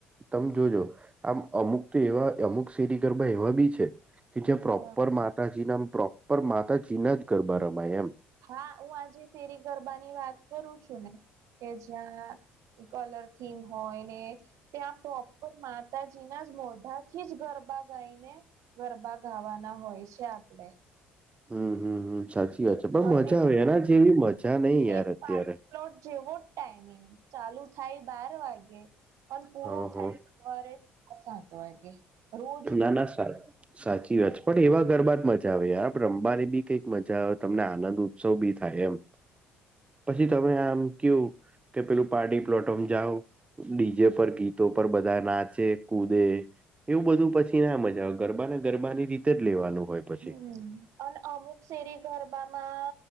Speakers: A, on the right (about 20°); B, on the right (about 65°).
A: તમે જોજો આમ અમુક તો એવા અમુક શેરી ગરબા એવા બી છે. કે જ્યા પ્રોપર
B: હ
A: માતાજીના પ્રોપર માતાજીના જ ગરબા રમાય એમ
B: હા હું આજે તેરી ગરબાની વાત કરું છું ને કે જ્યાં કલર થીમ હોય ને ત્યાં પ્રોપર માતાજીના જ મોઢાથી જ ગરબા ગાઈને ગરબા ગાવાના હોય છે, આપડે
A: હમ હમ હમ સાચી વાત છે, પણ
B: અને
A: મજા આવે એના જેવી મજા નય
B: તે
A: યાર અત્યારે
B: પાર્ટી પ્લોટ જેવો ટાઈમિંગ ચાલુ થાય બાર વાગે અને પૂરું
A: હા
B: થાય
A: હા
B: <unintelligible> સાત વાગે રોજ
A: ના
B: નું
A: ના <unintelligible> સાચી વાત છે, પણ એવા ગરબા જ મજા આવે યાર રમવાની બી કંઈક મજા આવે તમને આનંદ ઉત્સવ બી થાય એમ પછી તમે આમ કયુ કે પેલું પાર્ટી પ્લોટમ જાઓ ડીજે પર ગીતો પર બધા નાચે કૂદે એવું બધું પછી ના મજા આવે ગરબા ને ગરબાની રીતે જ લેવાનું હોય પછી
B: હમ અને અમુક શેરી ગરબામાં